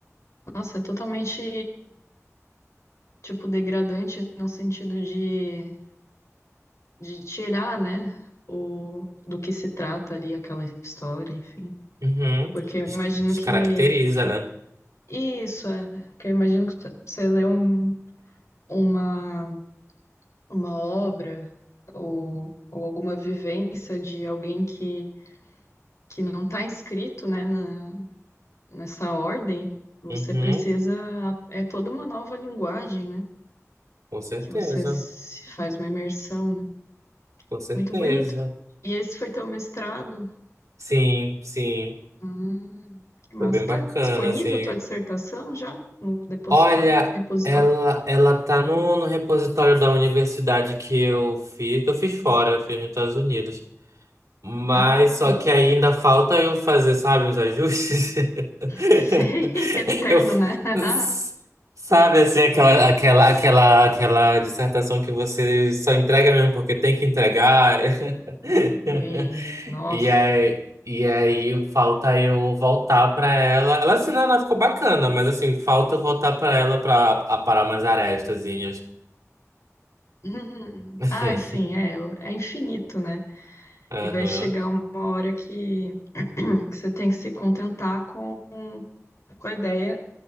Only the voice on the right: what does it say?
Uhum.
Des-
descaracteriza,
né?
Uhum.
Com certeza,
com certeza.
Sim, sim,
foi bem
bacana,
assim.
Olha,
ela, ela tá no, no repositório da universidade que eu fiz, que eu fiz fora, eu fiz nos Estados Unidos. Mas
só que ainda falta eu fazer, sabe, os ajustes. <laughs>
Eu,
s- sabe, assim, aquela, aquela, aquela, aquela dissertação que você só entrega mesmo porque tem que entregar. <laughs>
E aí, e aí falta eu voltar pra ela. Ela assim, não, ela ficou bacana, mas assim, falta eu voltar pra ela pra aparar umas arestazinhas.
<laughs>
Aham.